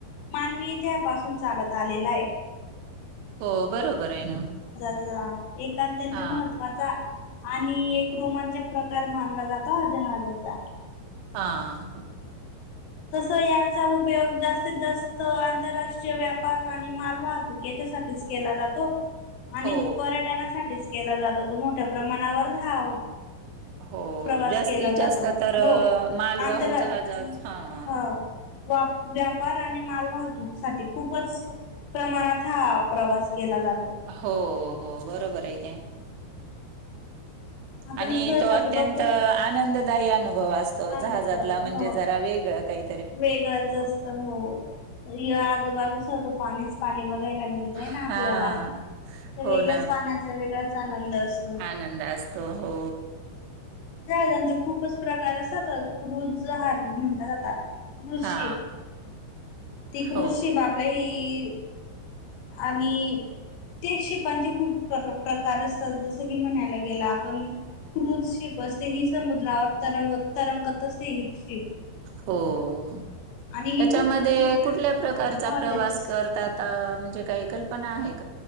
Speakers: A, on the left (about 85°); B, on the right (about 80°).
A: मानवीय त्यापासून चालत आलेला आहे.
B: हो बरोबर आहे ना.
A: ह एक अत्यंत
B: हा
A: महत्वाचा. आणि एक रोमांचक प्रकार मानला जातो जहाजांचा.
B: हा हा.
A: तस याचा उपयोग जास्तीत जास्त आंतरराष्ट्रीय व्यापार आणि माल वाहतूक. साच केला जातो. आणि
B: हो
A: पर्यटनासाठीच केला जातो तो मोठ्या प्रमाणावर हा.
B: हो
A: प्रवास
B: जास्तीत
A: केला जातो
B: जास्त तर
A: हो
B: मालवाहू
A: आंतरा
B: जहाजात हा
A: ह. वा व्यापार आणि मालवाहतूक साठी खूपच प्रमाणात हा प्रवास केला जातो
B: हो हो बरोबर आहे का.
A: आपण
B: आणि
A: सहसा
B: तो अत्यंत
A: तर बघतोच
B: आनंददायी अनुभव. भव असतो
A: आनंद
B: जहाजातला म्हणजे
A: हो
B: जरा वेगळं काही.
A: वेगळंच असत हो या आजूबाजू सर्व पाणीच पाणी बघायला मिळतय ना
B: हा
A: आपल्याला. तर
B: हो
A: वेगळ्याच
B: ना
A: पाण्याचा, वेगळाच आनंद असतो.
B: आनंद असतो हो
A: जहाजांचे खूपच प्रकार असतात क्रुज जहाज म्हणतात आाता. कृजषिप
B: हा
A: ती कृजषिप
B: हो
A: आपल्या हे आणि ते शिपांचे खूप प्र प्रकार असतात जसं की म्हणालय गेला आपण क्रुझ शिप असते हि समुद्रावर तरंग, तरंगत असते ही शिप.
B: हो
A: आणि ही
B: त्याच्यामध्ये
A: खूप मोठी
B: कुठल्या प्रकारचा
A: हॉटेल्स
B: प्रवास करतात. म्हणजे काही कल्पना आहेत?